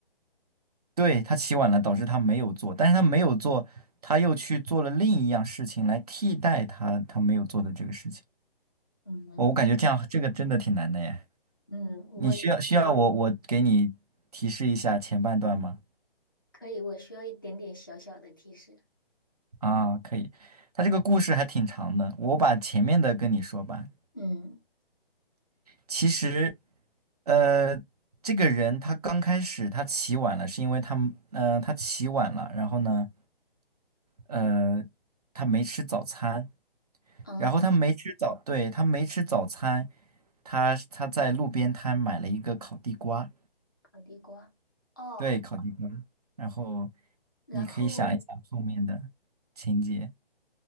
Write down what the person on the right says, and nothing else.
对，他起晚了，导致他没有做，但是他没有做，他又去做了另一样事情来替代他他没有做的这个事情。
我我感觉这样这个真的挺难的耶。
你需要需要我我给你提示一下前半段吗？
啊，可以。他这个故事还挺长的，我把前面的跟你说吧。
其实，呃，这个人他刚开始他起晚了，是因为他们呃他起晚了，然后呢，呃，他没吃早餐，
然后他没吃早，对，他没吃早餐，他他在路边摊买了一个烤地瓜，
对，烤地瓜，然后
你可以想一想后面的情节，